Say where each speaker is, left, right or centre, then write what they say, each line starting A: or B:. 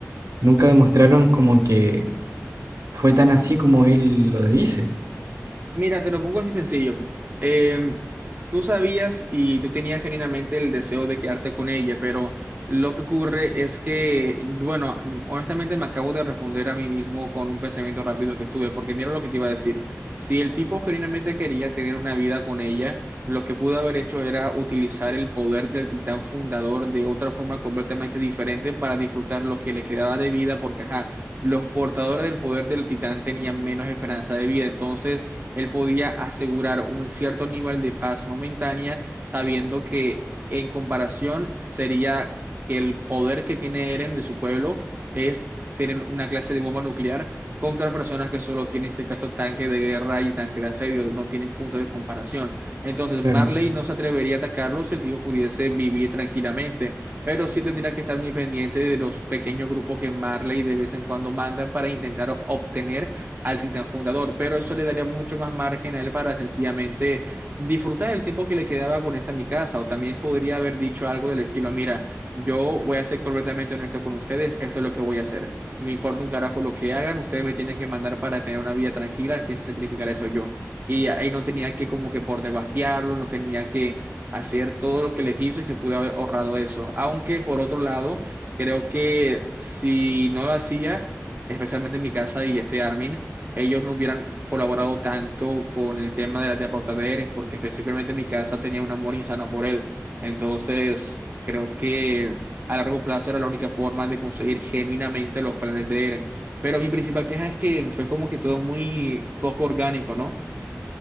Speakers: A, on the right; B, on the right.
A: nunca demostraron como que fue tan así como él lo dice.
B: Mira, te lo pongo así sencillo. Eh, tú sabías y tú tenías genuinamente el deseo de quedarte con ella, pero lo que ocurre es que, bueno, honestamente me acabo de responder a mí mismo con un pensamiento rápido que tuve, porque mira lo que te iba a decir. Si el tipo genuinamente quería tener una vida con ella, lo que pudo haber hecho era utilizar el poder del titán fundador de otra forma completamente diferente para disfrutar lo que le quedaba de vida, porque, ajá, los portadores del poder del titán tenían menos esperanza de vida. Entonces, él podía asegurar un cierto nivel de paz momentánea, sabiendo que en comparación sería que el poder que tiene Eren de su pueblo es tener una clase de bomba nuclear contra personas que solo tienen, en este caso, tanque de guerra y tanque de asedio, no tienen punto de comparación. Entonces,
A: Claro.
B: Marley no se atrevería a atacarlo si el tipo pudiese vivir tranquilamente, pero sí tendría que estar muy pendiente de los pequeños grupos que Marley de vez en cuando manda para intentar obtener al titán fundador, pero eso le daría mucho más margen a él para sencillamente disfrutar el tiempo que le quedaba con esta mi casa, o también podría haber dicho algo del estilo, mira, yo voy a ser completamente honesto con ustedes, esto es lo que voy a hacer, me importa un carajo lo que hagan, ustedes me tienen que mandar para tener una vida tranquila, que se sacrificar eso yo. Y ahí no tenía que como que por debajearlo, no tenía que hacer todo lo que les hizo y se pudo haber ahorrado eso. Aunque por otro lado, creo que si no lo hacía, especialmente en mi casa y este Armin, ellos no hubieran colaborado tanto con el tema de la derrota de Eren, porque específicamente mi casa tenía un amor insano por él. Entonces, creo que a largo plazo era la única forma de conseguir genuinamente los planes de Eren. Pero mi principal queja es que fue como que todo muy poco orgánico, ¿no?